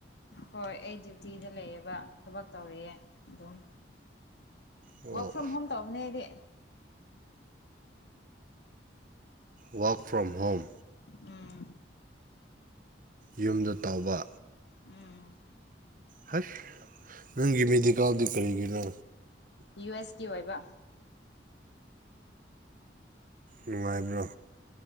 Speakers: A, on the left; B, on the right.
A: ꯍꯣꯏ ꯑꯩ ꯗ꯭ꯌꯨꯇꯤꯗ ꯂꯩꯑꯦꯕ ꯊꯕꯛ ꯇꯧꯔꯤꯌꯦ ꯑꯗꯨꯝ
B: ꯑꯣ
A: ꯋꯥꯋꯔꯛ ꯐ꯭ꯔꯣꯝ ꯍꯣꯝ ꯇꯧꯕꯅꯦꯗꯤ
B: ꯋꯥꯔꯛ ꯐ꯭ꯔꯣꯝ ꯍꯣꯝ
A: ꯎꯝ
B: ꯌꯨꯝꯗ ꯇꯧꯕ
A: ꯎꯝ
B: ꯍꯁ ꯅꯪꯒꯤ ꯃꯦꯗꯤꯀꯥꯜꯗꯤ ꯀꯔꯤꯒꯤꯅꯣ
A: ꯁꯀꯤ ꯑꯣꯏꯕ
B: ꯅꯨꯡꯉꯥꯏꯕ꯭ꯔꯣ